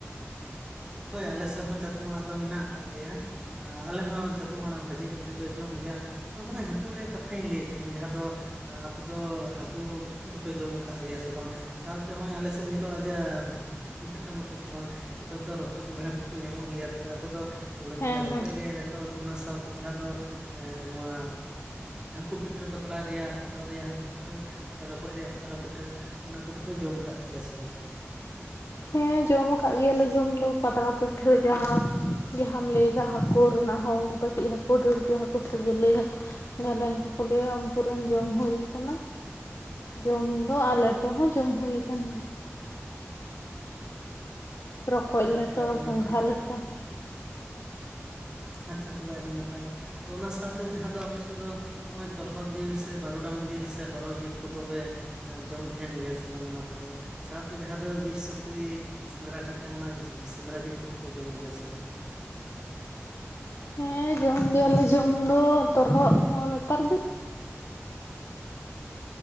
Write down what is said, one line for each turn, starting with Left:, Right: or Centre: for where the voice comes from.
Right: ᱦᱳᱭ ᱟᱞᱮ ᱥᱮᱫ ᱦᱚᱸ ᱡᱚᱛᱚᱢ ᱟᱲᱟᱜ ᱫᱚ ᱢᱮᱱᱟᱜ ᱟᱠᱟᱟᱜ ᱜᱮᱭᱟ ᱟᱞᱮ ᱦᱚᱸ ᱪᱟᱛᱚᱢ ᱟᱲᱟᱜ ᱵᱷᱟᱹᱡᱤ ᱠᱟᱛᱮᱫ ᱞᱮ ᱡᱚᱢ ᱜᱮᱭᱟ ᱛᱚ ᱦᱚᱸᱜᱼᱭ ᱦᱟᱹᱠᱩ ᱨᱮᱭᱟᱜ ᱠᱟᱛᱷᱟᱧ ᱞᱟᱹᱭᱮᱫ ᱛᱟᱦᱮᱱ ᱡᱟᱦᱟᱸ ᱫᱚ ᱟᱯᱮ ᱫᱚ ᱦᱟᱹᱠᱩ ᱯᱤᱴᱷᱟᱹ ᱫᱚᱯᱮ ᱡᱚᱢ ᱠᱟᱜ ᱜᱮᱭᱟ ᱥᱮ ᱵᱟᱝ ᱥᱟᱶᱛᱮ ᱦᱚᱸᱜᱼᱚᱭ ᱟᱞᱮᱥᱮᱫ ᱧᱮᱞᱚᱜᱼᱟ ᱡᱮ ᱦᱟᱹᱠᱩ ᱯᱤᱴᱷᱟᱹ ᱢᱚᱛᱚᱡ ᱫᱚ ᱵᱟᱝ ᱱᱮᱛᱟᱨ ᱫᱚ ᱨᱚ ᱨᱚᱠᱚᱡ ᱵᱚᱸᱜᱲᱟ ᱠᱚᱠᱚ ᱧᱟᱢᱚᱜ ᱜᱮᱭᱟ ᱛᱚᱵᱮ ᱟᱯᱮ ᱫᱚ
Left: ᱦᱮᱸ
Right: ᱨᱚᱠᱚᱡ
Left: ᱦᱮᱸ
Right: ᱨᱮᱭᱟᱜ ᱯᱷᱴᱳ ᱚᱱᱟ ᱥᱟᱶᱛᱮ ᱡᱟᱦᱟᱸ ᱫᱚ ᱮ ᱱᱚᱣᱟ ᱦᱟᱹᱠᱩ ᱯᱤᱴᱷᱟᱹ ᱯᱟᱛᱞᱟ ᱨᱮᱭᱟᱜ ᱯᱟᱛᱲᱟ ᱨᱮᱭᱟᱜ ᱦᱟᱹᱠᱩ ᱯᱤᱴᱷᱟᱹ ᱥᱮ ᱨᱚᱠᱚᱡ ᱨᱮᱭᱟᱜ ᱯᱟᱛᱲᱟ ᱯᱤᱴᱷᱟᱹ ᱚᱱᱟ ᱠᱚᱫᱚᱯᱮ ᱡᱚᱢ ᱠᱟᱜ ᱜᱮᱭᱟ ᱥᱮ ᱵᱟᱝ
Left: ᱦᱮᱸ ᱡᱚᱢ ᱟᱠᱟᱫ ᱜᱮᱭᱟᱞᱮ ᱡᱚᱢ ᱫᱚ ᱯᱟᱛᱲᱟ ᱯᱤᱴᱷᱟᱹ ᱡᱟᱦᱟᱸ ᱡᱟᱦᱟᱸᱟᱢᱞ ᱫᱟ ᱦᱟᱹᱠᱩ ᱨᱮᱱᱟᱜ ᱦᱚᱸ ᱩᱱᱠᱩ ᱠᱟᱹᱴᱤᱡ ᱦᱟᱹᱠᱩ ᱰᱟᱹᱟᱹᱲᱠᱟᱹ ᱦᱟᱹᱠᱩ ᱥᱮ ᱜᱟᱹᱞᱟᱹᱭ ᱦᱟᱹᱠᱩ ᱜᱞᱟᱭ ᱠᱚᱠᱚ ᱞᱟᱹᱭᱟ ᱩᱱᱠᱮᱱ ᱡᱚᱢ ᱦᱩᱭᱩ ᱠᱟᱱᱟ ᱡᱚᱢ ᱫᱚ ᱟᱨ ᱞᱮᱴᱚ ᱦᱚᱸ ᱡᱚᱢ ᱦᱩ ᱟᱠᱟᱱ ᱜᱮᱭᱟ ᱨᱚᱠᱚᱡ
Right: ᱟᱪᱪᱷᱟ
Left: ᱞᱮᱴᱚ
Right: ᱛᱚᱵᱮ ᱟᱹᱰᱤ
Left: ᱜᱚᱝᱜᱷᱟ
Right: ᱱᱟᱯᱟᱭ
Left: ᱞᱮᱴᱚ
Right: ᱟᱪᱷᱟ ᱛᱚᱵᱮ ᱟᱹᱰᱤ ᱱᱟᱯᱟᱭ ᱛᱚ ᱚᱱᱟ ᱥᱟᱶᱛᱮ ᱡᱟᱦᱟᱸ ᱫᱚ ᱟᱯᱮ ᱥᱮᱫ ᱫᱚ ᱱᱚᱜᱼᱚᱭ ᱛᱚᱨᱦᱚᱫ ᱡᱤᱞ ᱥᱮ ᱵᱟᱹᱨᱩᱰᱟᱝ ᱡᱤᱞ ᱥᱮ ᱦᱚᱨᱚ ᱡᱤᱞ ᱠᱚᱫᱚ ᱯᱮ ᱡᱚᱢ ᱛᱟᱦᱮᱱ ᱜᱮᱭᱟ ᱥᱮ ᱵᱟᱝ ᱚᱱᱟ ᱠᱚᱫᱚ ᱥᱟᱶᱛᱮ ᱡᱟᱦᱟᱸ ᱫᱚ ᱵᱤᱨ ᱥᱩᱠᱨᱤ ᱥᱮᱸᱫᱽᱨᱟ ᱠᱟᱛᱮᱫ ᱚᱱᱟ ᱥᱮᱸᱫᱽᱨᱟ ᱡᱤᱞ ᱠᱚᱫᱚᱯᱮ ᱡᱚᱢ ᱜᱮᱭᱟ ᱥᱮ ᱵᱟᱝ
Left: ᱦᱮᱸ ᱡᱚᱢ ᱜᱮᱭᱟᱞᱮ ᱡᱚᱢ ᱫᱚ ᱛᱚᱨᱚᱦᱚᱫ ᱦᱚᱸ ᱱᱮᱛᱟᱨ ᱫᱚ